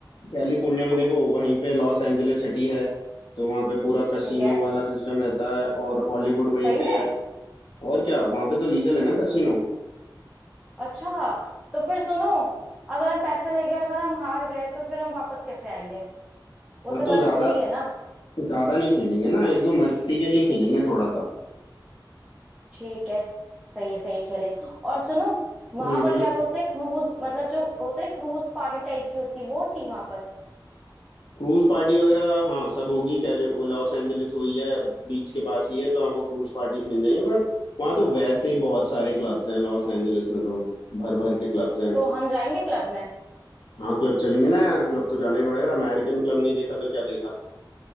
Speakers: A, on the left (about 70°); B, in the centre.
A: कैलिफोर्निया में देखो वहीं पे लॉस एंजलिस सिटी है तो वहाँ पे पूरा कसिनो
B: ठीक है
A: वाला सिस्टम रहता है और हॉलीवुड वहीं
B: सही
A: पे
B: में
A: है और क्या वहाँ पे तो लीगल है ना कसिनो
B: अच्छा तो फिर सुनो अगर हम पैसे ले गए अगर हम हार गए तो फिर हम वापस कैसे आएंगे वो
A: हाँ
B: तो
A: तो
B: लत
A: ज्यादा
B: बुरी है ना
A: ज्यादा नहीं खेलेंगे ना एक दो मस्ती के लिए खेलेंगे थोड़ा सा
B: ठीक है सही है सही है खेले और सुनो वहां
A: हम्म
B: पर
A: हम्म
B: क्या बोलते हैं क्रूज मतलब जो होते हैं क्रूज पार्टी टाइप की होती है वो होती है वहां पर
A: क्रूज पार्टी वगैरह हाँ सब होगी कैले वो लॉस एंजलिस वही है बीच के पास ही है तो आपको क्रूज पार्टीज मिल जाएंगी पर वहाँ तो वैसे ही बहुत सारे क्लब्स हैं लॉस एंजलिस में तो भर भर के क्लब्स हैं
B: तो हम जाएंगे क्लब में
A: हाँ क्लब चलेंगे ना यार क्लब तो जाना ही पड़ेगा अमेरिकन क्लब नहीं देखा तो क्या देखा